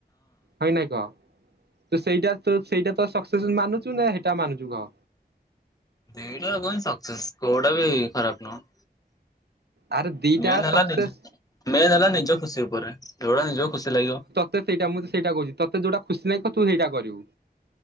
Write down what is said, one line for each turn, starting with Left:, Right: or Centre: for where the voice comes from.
Right: ହଁ ନାଇଁ କହ ତୁ ସେଇଟାରେ ତୁ ସେଇଟା ତୋ ସକ୍ସେସେ ମାନୁ ଚୁ ନା ହେଟା ମାନୁଚୁ କହ।
Left: ଏଇଟାକୁ କୁହନ୍ତି ସକ୍ସେସ୍ କୋଉଟା ବି ଖରାପ ନୁଅଁ।
Right: ଆରେ ଦିଟା
Left: ମେନେ ହେଲା
Right: ସକ୍ସେସ୍
Left: ନିଜେ ମେନ୍ ହେଲା ନିଜ ଖୁସି ଉପରେ ଯୋଉଟା ନିଜକୁ ଖୁସି ଲାଗିବ।
Right: ତ ସେଇଟା ମୁଁ ତ ସେଇଟା କହୁଚି ତତେ ଯୋଉଟା ଖୁସି ନାଗିବ ତୁ ହେଇଟା କରିବୁ।